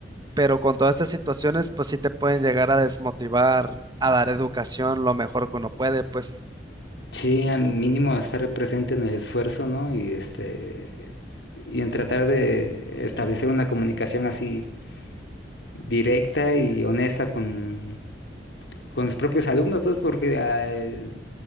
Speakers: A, on the right; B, on the left.
A: pero con todas estas situaciones, pues sí te pueden llegar a desmotivar, a dar educación lo mejor que uno puede, pues
B: sí, al mínimo estar presente en el esfuerzo, ¿no? Y este, y en tratar de establecer una comunicación así directa y honesta con, con los propios alumnos, pues porque eh,